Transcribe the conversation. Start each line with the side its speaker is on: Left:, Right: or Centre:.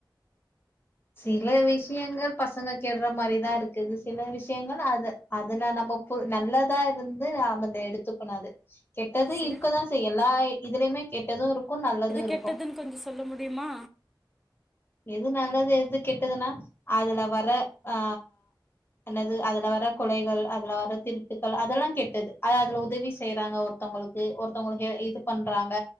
Left: சில விஷ்யங்கள் பசங்க கெட்ற மாரிதா இருக்குது சில விஷ்யங்கள் அத அதுல நம்ம பு நல்லதா இருந்து நம்ம அத எடுத்துக்கணு அது கெட்டது
Centre: சி
Left: இருக்கதா செய்யு எல்லா இதுலயுமே கெட்டது இருக்கு நல்லது இருக்
Centre: கெட்டதுன் கொஞ்சோ சொல்ல முடியுமா
Left: எது நல்லது எது கெட்டதுனா அதுல வர ஆ என்னது அதுல வர கொலைகள் அதுல வர திருட்டுக்கள் அதெல்லா கெட்டது அத அதுல உதவி செய்றாங்க ஒரு ஒருத்தவுங்களுக்கு ஒருத்தவுங்களுக்கு எ இது பண்றாங்க